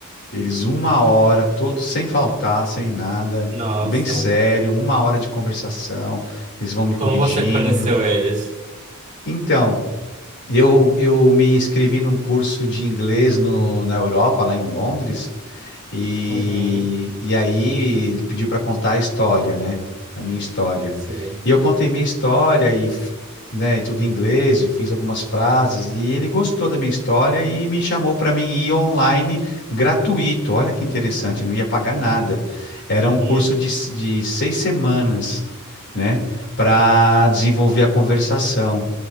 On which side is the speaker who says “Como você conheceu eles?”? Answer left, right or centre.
Right